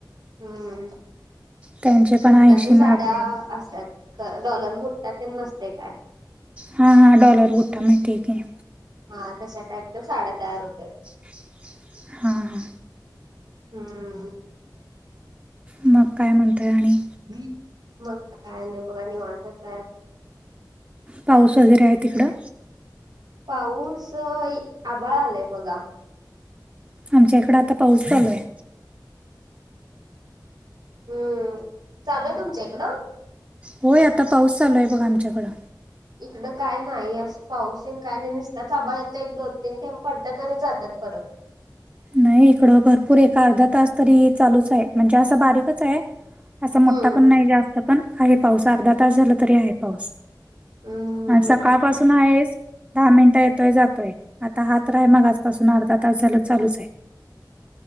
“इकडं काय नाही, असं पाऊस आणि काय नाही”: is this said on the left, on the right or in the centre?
Right